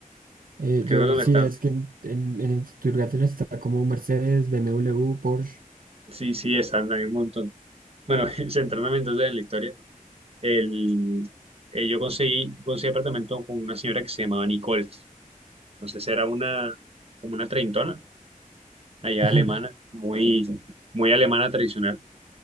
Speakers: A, on the right (about 75°); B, on the right (about 40°).
A: Eh,
B: Creo
A: yo,
B: que es donde
A: sí,
B: están.
A: es que en, en, en Stuttgart está como Mercedes, BMW, Porsche.
B: Sí, sí, están, hay un montón. Bueno, <laughs> centrándome entonces en la historia, el, eh, yo conseguí, conseguí apartamento con una señora que se llamaba Nicole. Entonces era una, como una treintona, allá
A: <laughs>
B: alemana, muy, muy alemana tradicional.